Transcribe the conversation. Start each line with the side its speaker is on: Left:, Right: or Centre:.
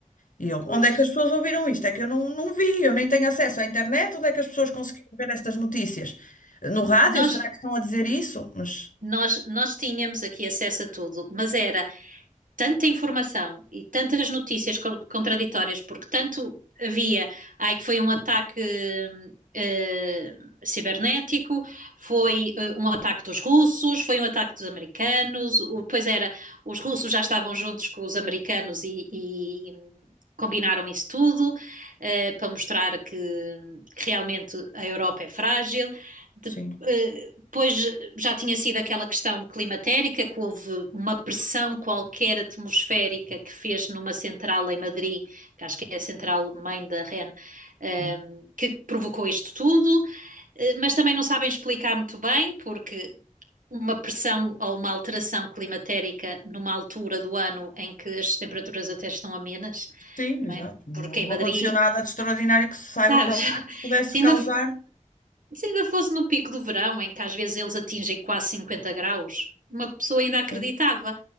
Left: E eu,
Right: Pois.
Left: onde é que as pessoas ouviram isto? É que eu não, não vi, eu nem tenho acesso à internet, onde é que as pessoas conseguiram ver estas notícias? No rádio,
Right: Nós,
Left: será que estão a dizer isso? Mas
Right: nós, nós tínhamos aqui acesso a tudo, mas era tanta informação e tantas notícias co- contraditórias, porque tanto havia, ai, que foi um ataque eh, cibernético, foi eh, um ataque dos russos, foi um ataque dos americanos, o- pois era, os russos já estavam juntos com os americanos e, e combinaram isso tudo, eh, para mostrar que, que realmente a Europa é frágil. De-
Left: sim,
Right: eh, depois já tinha sido aquela questão climatérica, que houve uma pressão qualquer atmosférica que fez numa central em Madrid, que acho que é a central mãe da REN, ehm,
Left: hum,
Right: que provocou isto tudo, eh, mas também não sabem explicar muito bem, porque uma pressão ou uma alteração climatérica numa altura do ano em que as temperaturas até estão amenas,
Left: sim, exato.
Right: não é?
Left: Não,
Right: Porque
Left: não
Right: em Madrid,
Left: aconteceu nada
Right: <laughs>
Left: de extraordinário que se saiba
Right: sabes,
Left: para lá que pudesse
Right: se
Left: causar,
Right: ainda se ainda fosse no pico do verão, em que às vezes eles atingem quase 50 graus, uma pessoa ainda acreditava.
Left: sim,